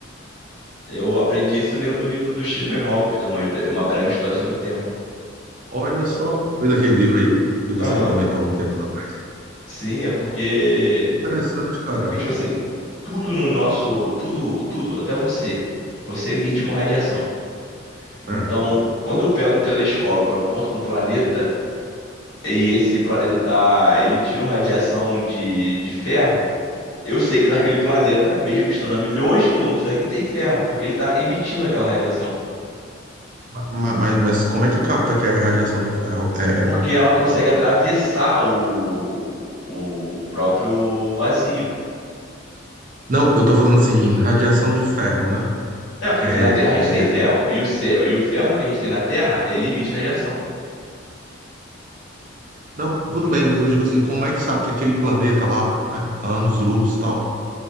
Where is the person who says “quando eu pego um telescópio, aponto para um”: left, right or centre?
Left